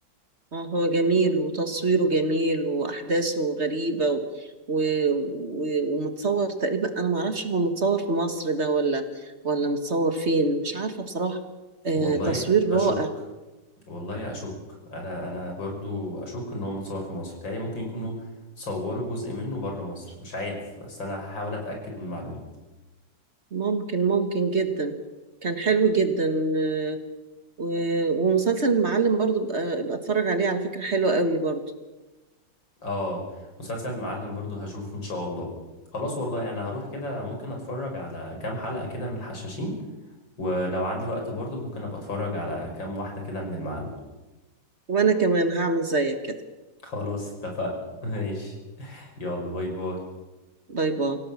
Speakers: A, on the right (about 40°); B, on the left (about 85°).
A: اه هو جميل وتصويره جميل واحداثه غريبه و... و... و... ومتصور تقريبا انا ما اعرفش هو متصور في مصر ده ولا ولا متصور فين مش عارفه بصراحه آه
B: والله
A: تصوير
B: أشك
A: رائع
B: والله أشك أنا أنا برضو أشك إن هو متصور في مصر تاني ممكن يكونوا صوروا جزء منه بره مصر مش عارف بس أنا هحاول أتأكد من المعلومة
A: ممكن ممكن جدا كان حلو جدا آه و... ومسلسل المعلم برضو بقى... بقى اتفرج عليه على فكره حلوه قوي برضو
B: اه مسلسل المعلم برضو هشوفه ان شاء الله خلاص والله انا هروح كده ممكن اتفرج على كام حلقة كده من الحشاشين ولو عندي وقت برضو ممكن ابقى اتفرج على كام واحدة كده من المعلم
A: وانا كمان هعمل زيك كده
B: خلاص اتفقنا <laughs> ماشي يلا باي باي
A: باي باي